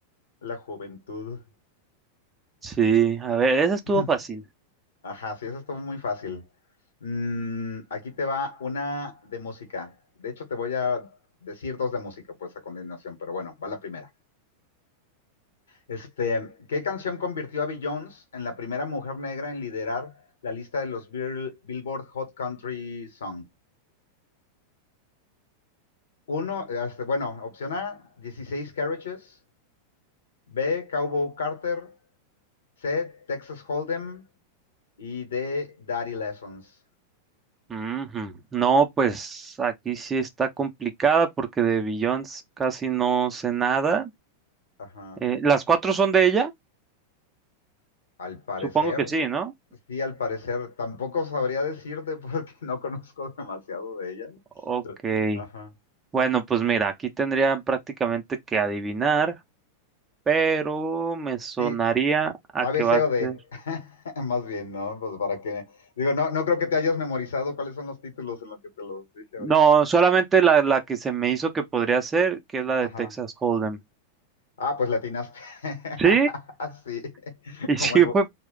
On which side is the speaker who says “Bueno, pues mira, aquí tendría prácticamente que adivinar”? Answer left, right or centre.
Right